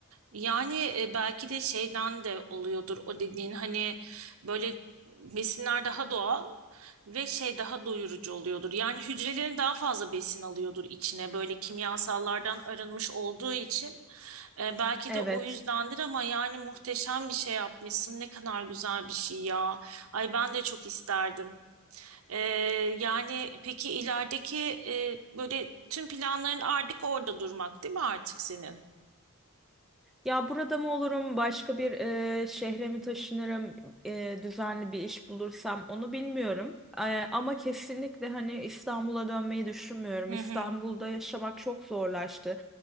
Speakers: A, on the right (about 70°); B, in the centre.
A: Yani e, belki de şeyden de oluyordur o dediğin hani böyle besinler daha doğal ve şey daha doyurucu oluyordur. Yani hücrelerin daha fazla besin alıyordur içine böyle kimyasallardan arınmış olduğu için. E, belki
B: Evet.
A: de o yüzdendir ama yani muhteşem bir şey yapmışsın. Ne kadar güzel bir şey ya. Ay ben de çok isterdim. E, yani peki ilerideki e, böyle tüm planların artık orada durmak değil mi artık senin?
B: Ya burada mı olurum, başka bir e, şehre mi taşınırım, e, düzenli bir iş bulursam onu bilmiyorum. E, ama kesinlikle hani İstanbul'a dönmeyi düşünmüyorum.
A: Hı
B: İstanbul'da
A: hı.
B: yaşamak çok zorlaştı.